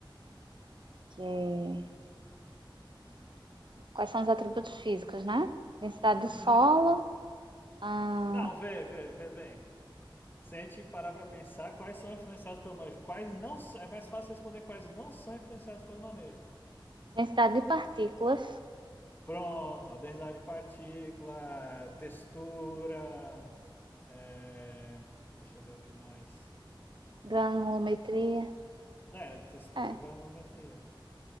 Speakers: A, on the right; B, on the left.
A: Que é- Quais são os atributos físicos, né? Densidade
B: <laughs>
A: do solo, a
B: Não, vê, vê, vê bem. Se a gente parar pra pensar, quais são influenciados pelo manejo? Quais não s- É mais fácil responder quais não são influenciados pelo manejo.
A: densidade de partículas,
B: Pronto, ó, densidade de partícula, textura. é, Deixa eu ver o que mais.
A: granulometria.
B: É, textura
A: É.
B: e granulometria.